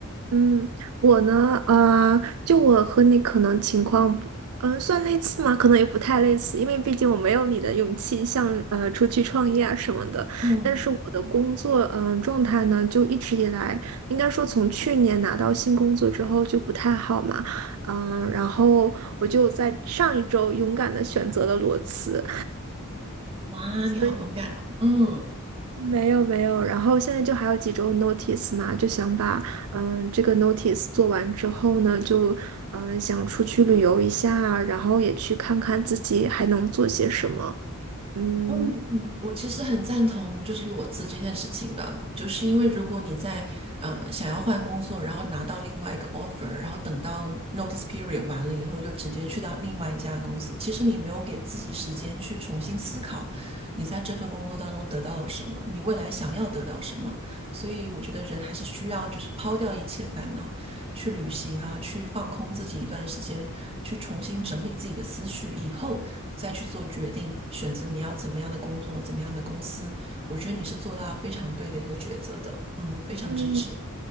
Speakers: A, on the right (about 70°); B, on the right (about 25°).
A: 嗯，我呢，呃，就我和你可能情况不，嗯，算类似吗？可能也不太类似，因为毕竟我没有你的勇气，像呃出去创业啊什么的。
B: 嗯，
A: 但是我的工作，嗯、状态呢，就一直以来，应该说从去年拿到新工作之后就不太好嘛，嗯、然后我就在上一周勇敢的选择了裸辞。
B: 哇，
A: 所以。
B: 你好勇敢哦！嗯
A: 没有没有，然后现在就还有几周 notice 嘛，就想把嗯、呃这个 notice 做完之后呢，就嗯、呃想出去旅游一下，然后也去看看自己还能做些什么。嗯
B: 嗯嗯，我其实很赞同就是裸辞这件事情的，就是因为如果你在呃想要换工作，然后拿到另外一个 offer，然后等到 notice period 完了以后，就直接去到另外一家公司，其实你没有给自己时间去重新思考你在这份工作当中得到了什么，你未来想要得到什么，所以我觉得人还是需要就是抛掉一切烦恼。去旅行啊，去放空自己一段时间，去重新整理自己的思绪，以后再去做决定，选择你要怎么样的工作，怎么样的公司。我觉得你是做到非常对的一个抉择的，嗯，我非常支持。
A: 嗯，